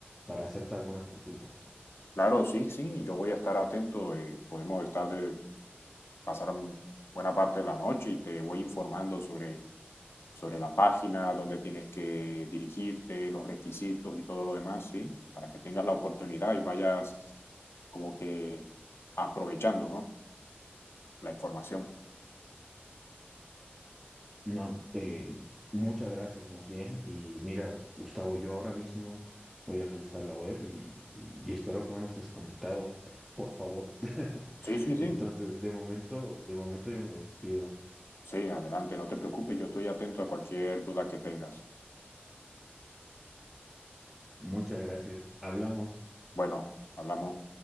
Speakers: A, in the centre; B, on the left.
A: para hacerte algunas consultas.
B: Claro, sí, sí. Yo voy a estar atento. eh, podemos estar de pasar mm, buena parte de la noche y te voy informando sobre sobre la página, dónde tienes que dirigirte, los requisitos y todo lo demás, ¿sí? Para que tengas la oportunidad y vayas como que aprovechando, ¿no? La información.
A: No, eh, muchas gracias, más bien. Y mira, Gustavo, yo ahora mismo voy a revisar la web y, y- y espero que aún estés conectado, por favor. <laughs>
B: Sí, sí, sí.
A: Entonces, de momento, de momento yo me despido.
B: Sí, adelante, no te preocupes, yo estoy atento a cualquier duda que tengas.
A: Muchas gracias. Hablamos.
B: Bueno, hablamos.